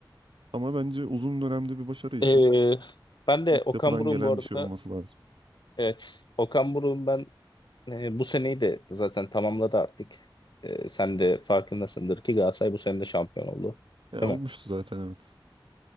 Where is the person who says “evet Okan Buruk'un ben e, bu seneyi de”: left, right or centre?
Left